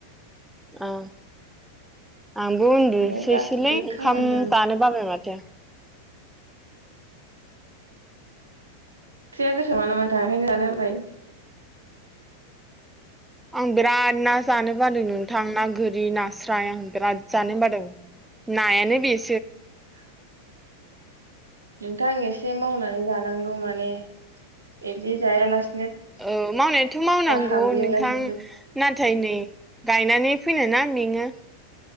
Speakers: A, in the centre; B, on the right.
A: ओं आंबो उनदुनो
B: माने
A: सोयसो
B: गासिबो
A: लै ओंखाम
B: खामानियावनो
A: जानो बाबाय माथो
B: ख्रिया गोथाव नंङा नामा बेखाय जानो बाबाय
A: आं बिराद ना जानो बादों नोंथां ना गोरि ना स्राय आं बिराद जानो बादों नायानो बे
B: <inaudible> नोंथां एसे मावनानै जानांगौ माने इदि जायालासे
A: औ मावनायाथ' मावनांगौ
B: हामग्लिला
A: नोंथां
B: जोबगोन
A: ना थाय नै गायनानै फैनायना मेंङो